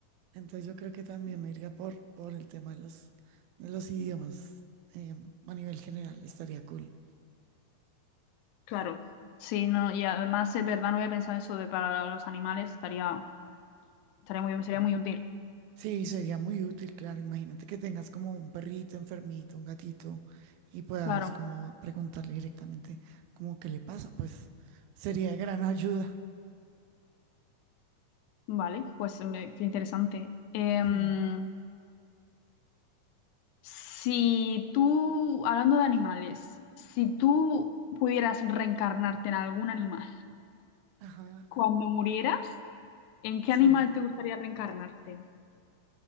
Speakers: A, on the right (about 85°); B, on the left (about 80°).
A: Entonces yo creo que también me iría por, por el tema de los, de los idiomas, em, a nivel general. Estaría cool.
B: claro. Sí, no, y además es verdad, no había pensado eso de para los animales, estaría, estaría muy bien, sería muy útil.
A: Sí, sería muy útil, claro. Imagínate que tengas como un perrito enfermito, un gatito, y puedas
B: Claro,
A: como preguntarle directamente como qué le pasa, pues sería de gran ayuda.
B: vale, pues me- qué interesante. Em,
A: Mm,
B: si tú, hablando de animales, si tú pudieras reencarnarte en algún animal,
A: Ajá,
B: cuando murieras, ¿En qué
A: sí.
B: animal te gustaría reencarnarte?